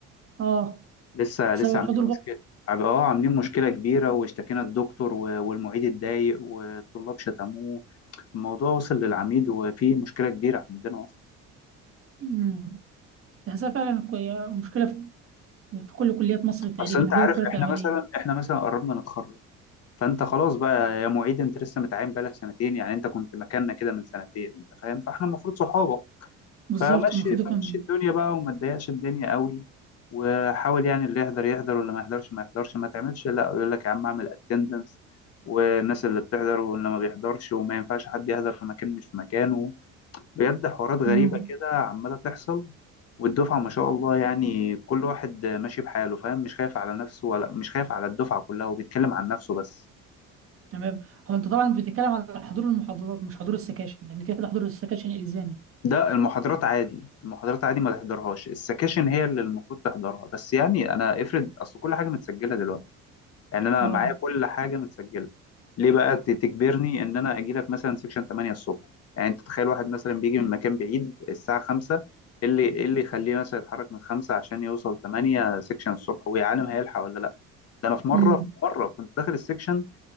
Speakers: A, on the right; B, on the left.
A: اه
B: لسه
A: بسبب
B: لسه
A: الحضور
B: عاملين مشكلة عب- اه عاملين مشكلة كبيرة واشتكينا الدكتور و- والمعيد اتضايق والطلاب شتموه الموضوع وصل للعميد وفي مشكلة كبيرة عندنا اصلا
A: برضه تحسها فعلا كوي- مشكلة في في كل كليات مصر تقريبا
B: اصل انت
A: اللي
B: عارف
A: هي كلية
B: احنا
A: العملية
B: مثلا احنا مثلا قربنا نتخرج فانت خلاص بقى يا معيد انت لسه متعين بقالك سنتين يعني انت كنت مكاننا كده من سنتين انت فاهم فاحنا المفروض صحابه
A: بالظبط
B: فمشي
A: المفروض يكون
B: فمشي الدنيا بقى وما تضايقش الدنيا قوي وحاول يعني اللي يحضر يحضر واللي ما يحضرش ما يحضرش ما تعملش لا يقول لك يا عم اعمل اتندنس والناس اللي بتحضر واللي ما بيحضرش وما ينفعش حد يحضر في مكان مش في مكانه بجد حوارات غريبة
A: امم
B: كده عمالة تحصل والدفعة ما شاء الله يعني كل واحد ماشي بحاله فاهم مش خايف على نفسه ولا مش خايف على الدفعة كلها وبيتكلم عن نفسه بس
A: تمام هو انت طبعا بتتكلم على حضور المحاضرات مش حضور السكاشن لان كده كده حضور السكاشن الزامي
B: ده المحاضرات عادي المحاضرات عادي ما تحضرهاش السكاشن هي اللي المفروض تحضرها بس يعني انا افرض اصل كل حاجه متسجله دلوقتي يعني انا
A: اه
B: معايا كل حاجه متسجله ليه بقى ت- تجبرني ان انا اجي لك مثلا سكشن 8 الصبح يعني انت تخيل واحد مثلا بيجي من مكان بعيد الساعه 5 إيه اللي إيه اللي يخليه مثلا يتحرك من 5 عشان يوصل 8 سكشن الصبح ويا عالم هيلحق ولا لا ده انا في مره
A: امم
B: في مره كنت داخل السكشن